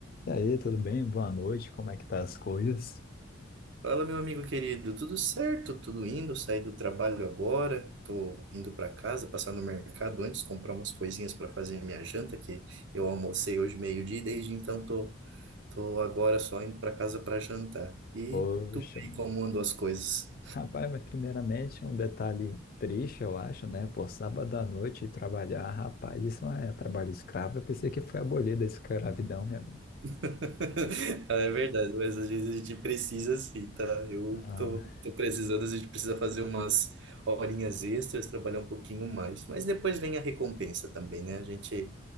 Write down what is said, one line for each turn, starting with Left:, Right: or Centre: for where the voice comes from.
Left: E aí, tudo bem? Boa noite, como é que tá as coisas?
Right: Fala, meu amigo querido, tudo certo? Tudo indo? Saí do trabalho agora, tô indo para casa, passar no mercado antes, comprar umas coisinhas para fazer minha janta, que eu almocei hoje meio-dia e desde então tô, tô agora só indo para casa para jantar. E
Left: Poxa,
Right: tu aí, como andam as coisas?
Left: rapaz, mas primeiramente um detalhe triste, eu acho, né? Por sábado à noite ir trabalhar, rapaz, isso não é trabalho escravo, eu pensei que foi abolida da escravidão, minha amiga.
Right: <laughs> Ah, É verdade, mas às vezes a gente precisa sim, tá? Eu
Left: Ah,
Right: tô, tô precisando, às vezes a gente precisa fazer umas horinhas extras, trabalhar um pouquinho mais, mas depois vem a recompensa também, né? A gente.